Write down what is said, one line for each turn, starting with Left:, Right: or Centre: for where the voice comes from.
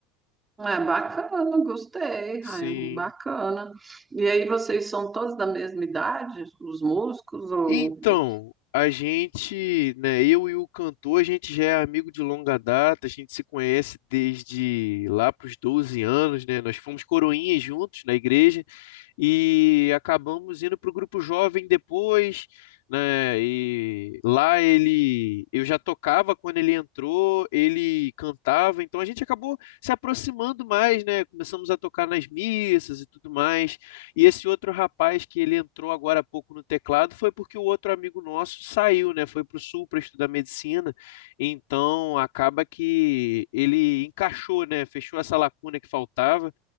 Right: É bacana, gostei,
Left: Sim.
Right: Ryan, bacana. E aí vocês são todos da mesma idade, os músicos, ou
Left: Então, a gente, né, eu e o cantor, a gente já é amigo de longa data, a gente se conhece desde lá para os 12 anos, né? Nós fomos coroinhas juntos na igreja e acabamos indo para o grupo jovem depois, né? E lá ele, eu já tocava quando ele entrou, ele cantava, então a gente acabou se aproximando mais, né? Começamos a tocar nas missas e tudo mais. E esse outro rapaz que ele entrou agora há pouco no teclado foi porque o outro amigo nosso saiu, né? Foi para o sul para estudar medicina. Então acaba que ele encaixou, né? Fechou essa lacuna que faltava.